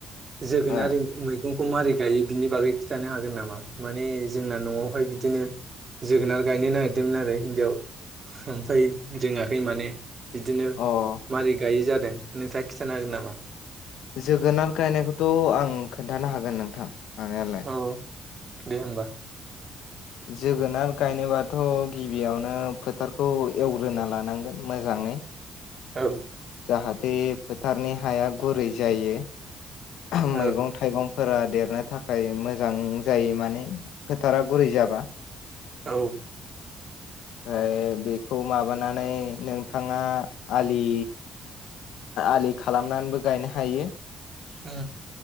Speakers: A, on the right (about 40°); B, on the left (about 80°).
A: जोगोनार
B: अ
A: मैगं खौ मारै गायो बिनि बागै खिन्थानो हागोन नामा माने जोंना न'आवहाय बिदिनो जोगोनार गायनो नागिरदोंमोन आरो हिन्जाव, ओमफ्राय रोङाखै माने। बिदिनो
B: अ
A: मारै गायो जादों। नोंथाङा खिथानो हागोन नामा?
B: जोगोनार गायनायखौथ' आं खोन्थानो हागोन नोंथां हानायालाय।
A: औ दे होमबा।
B: जोगोनार गायनोबाथ' गिबियावनो फोथारखौ एवग्रोना लानांगोन मोजां ङै।
A: औ।
B: जाहाथे फोथारनि हाया गुरै जायो। मैगं
A: औ
B: थाइगं फोरा देरनो थाखाय मोजां जायो माने फोथारा गुरै जाबा।
A: औ।
B: ओमफ्राय बेखौ माबानानै नोंथाङा आलि आलि खालामनानैबो गायनो हायो।
A: औ।